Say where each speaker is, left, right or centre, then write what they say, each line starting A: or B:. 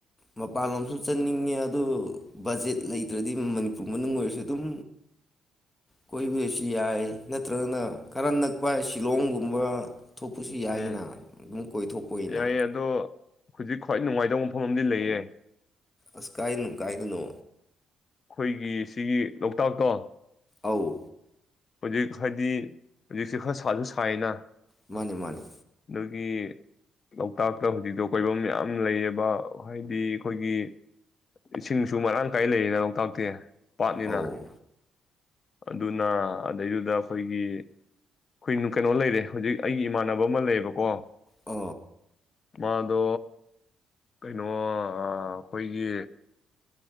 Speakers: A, on the left (about 20°); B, on the left (about 45°).
A: ꯃꯄꯥꯟꯂꯣꯝꯁꯨ ꯆꯟꯅꯤꯡꯉꯦ ꯑꯗꯨ ꯕꯖꯦꯠ ꯂꯩꯇ꯭ꯔꯗꯤ ꯃꯅꯤꯄꯨꯔ ꯃꯅꯨꯡ ꯑꯣꯏꯔꯁꯨ ꯑꯗꯨꯝ ꯀꯣꯏꯕꯁꯨ ꯌꯥꯏ ꯅꯠꯇ꯭ꯔꯒꯅ ꯈꯔ ꯅꯛꯄ ꯍꯥꯏ ꯁꯤꯂꯣꯡꯒꯨꯝꯕ ꯊꯣꯛꯄꯁꯨ ꯌꯥꯏꯅ
B: ꯎꯝ
A: ꯑꯗꯨꯝ ꯀꯣꯏꯊꯣꯛꯄꯅ
B: ꯌꯥꯏꯌꯦ ꯑꯗꯣ ꯍꯧꯖꯤꯛ ꯈ꯭ꯋꯥꯏ ꯅꯨꯡꯉꯥꯏꯇꯕ ꯃꯐꯝ ꯑꯃꯗꯤ ꯂꯩꯌꯦ
A: ꯑꯁ ꯀꯥꯏꯗꯅꯨ ꯀꯥꯏꯗꯅꯣ
B: ꯑꯩꯈꯣꯏꯒꯤ ꯁꯤꯒꯤ ꯂꯣꯛꯇꯥꯛꯇꯣ
A: ꯑꯧ
B: ꯍꯧꯖꯤꯛ ꯍꯥꯏꯗꯤ ꯍꯧꯖꯤꯛꯁꯦ ꯈꯔ ꯁꯥꯁꯨ ꯁꯥꯏꯅ
A: ꯃꯥꯅꯤ ꯃꯥꯅꯤ
B: ꯑꯗꯒꯤ ꯂꯣꯛꯇꯥꯛꯇ ꯍꯧꯖꯤꯛꯇꯣ ꯀꯣꯏꯐꯝ ꯌꯥꯝ ꯂꯩꯌꯦꯕ ꯍꯥꯏꯗꯤ ꯑꯩꯈꯣꯏꯒꯤ ꯏꯁꯤꯡꯁꯨ ꯃꯔꯥꯡ ꯀꯥꯏ ꯂꯩꯌꯦꯅ ꯇꯥꯛꯇꯤ ꯄꯥꯠꯅꯤꯅ
A: ꯑꯧ
B: ꯑꯗꯨꯅ ꯑꯗꯨꯗꯩꯗꯨꯗ ꯑꯩꯈꯣꯏꯒꯤ ꯑꯩꯈꯣꯏ ꯀꯩꯅꯣ ꯂꯩꯔꯦ ꯍꯧꯖꯤꯛ ꯑꯩꯒꯤ ꯏꯃꯥꯟꯅꯕ ꯑꯃ ꯂꯩꯌꯦꯕꯀꯣ
A: ꯑ
B: ꯃꯥꯗꯣ ꯀꯩꯅꯣ ꯑꯩꯈꯣꯏꯒꯤ